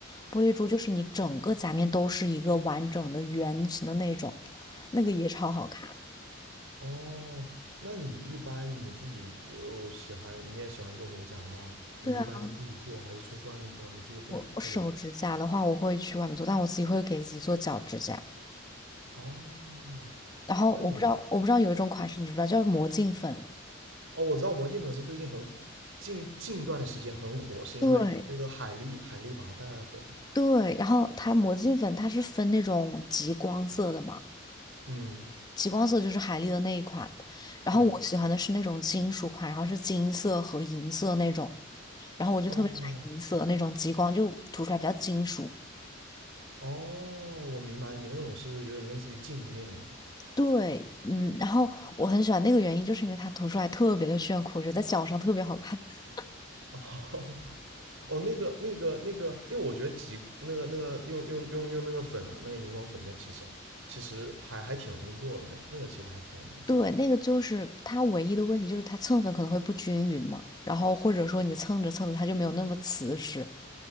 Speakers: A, on the left (about 20°); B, on the right (about 70°).
A: 玻璃珠就是你整个甲面都是一个完整的圆形的那种，那个也超好看。
B: 哦，那你一般你自己就喜欢，你也喜欢做美甲，那你一般是自己做还是出去外面做？
A: 对啊，
B: 你自己会会有？
A: 我我手指甲的话，我会去外面做，但我自己会给自己做脚指甲。
B: 哦，
A: 然后我不知道，
B: 那你。
A: 我不知道有一种款式你知不知道，叫魔镜粉。
B: 哦，我知道《魔镜粉丝》最近很近近段时间很火，是因为那个海莉海莉把它带火了嘛？
A: 对，对，然后它魔镜粉它是分那种极光色的嘛，
B: 嗯，
A: 极光色就是海丽的那一款，然后我喜欢的是那种金属款，
B: 对。
A: 然后是金色和银色那种，然后我就特别喜欢银色那种极光，
B: 哦
A: 就涂出来比较金属。
B: 哦，我明白你那种是有点类似于镜面的。
A: 对，嗯，然后我很喜欢那个原因，就是因为它涂出来特别的炫酷，我觉得在脚上特别好看。<laughs>
B: 哦 <laughs> 哦，那个那个那个，因为我觉得极那个那个用用用用那个粉啊，那个荧光粉，那其实啊，其实还还挺容易做的，那那个其实还挺容易做的。
A: 对，那个就是它唯一的问题，就是它蹭粉可能会不均匀嘛，然后或者说你蹭着蹭着它就没有那么瓷实。